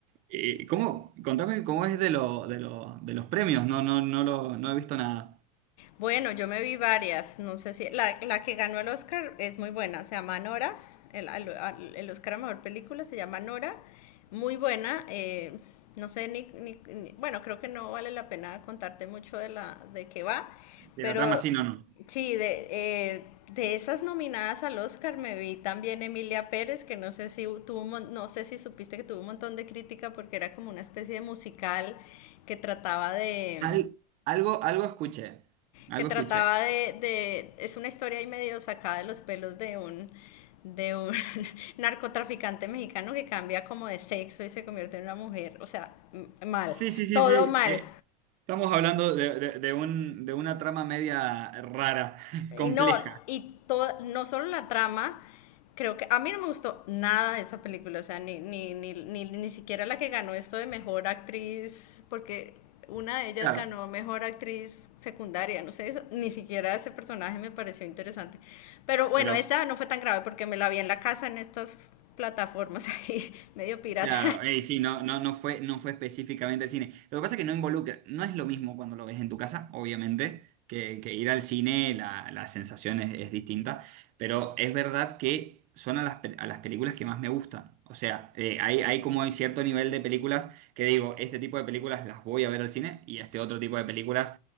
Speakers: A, on the right; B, on the left.
A: Eh, ¿cómo? Contame cómo es de lo, de lo- de los premios. No, no, no lo, no he visto nada.
B: Bueno, yo me vi varias, no sé si la, la que ganó el Oscar es muy buena, se llama Nora, el, al- el Oscar a Mejor Película se llama Nora, muy buena, eh, no sé, ni, ni- ni- bueno, creo que no vale la pena contarte mucho de, la, de qué va,
A: De
B: pero
A: la trama, sí, no, no.
B: sí, de, eh, de esas nominadas al Oscar me vi también Emilia Pérez, que no sé si tuvo, un mon- no sé si supiste que tuvo un montón de crítica porque era como una especie de musical que trataba de
A: Al- algo, algo escuché. Algo
B: que trataba
A: escuché.
B: de, de, es una historia ahí medio sacada de los pelos de un de un <laughs> narcotraficante mexicano que cambia como de sexo y se convierte en una mujer, o sea, mal,
A: Sí, sí, sí,
B: todo
A: sí.
B: mal.
A: Eh, Estamos hablando de, de- de un- de una trama media rara, <laughs> compleja,
B: Y no, y todo, no solo la trama, creo que a mí no me gustó nada de esa película, o sea, ni, ni, ni, ni, ni siquiera la que ganó esto de mejor actriz, porque una de ellas
A: claro,
B: ganó mejor actriz secundaria, no sé, eso, ni siquiera ese personaje me pareció interesante. Pero bueno,
A: pero
B: esta no fue tan grave porque me la vi en la casa en estas plataformas <laughs> ahí, medio pirata.
A: Claro, ey, sí, no, no, no fue, no fue específicamente el cine. Lo que pasa es que no involucra, no es lo mismo cuando lo ves en tu casa, obviamente, que, que ir al cine, la, la sensación es, es distinta, pero es verdad que son a las, pe- a las películas que más me gustan. O sea, eh, hay, hay como hay cierto nivel de películas que digo, este tipo de películas las voy a ver al cine y este otro tipo de películas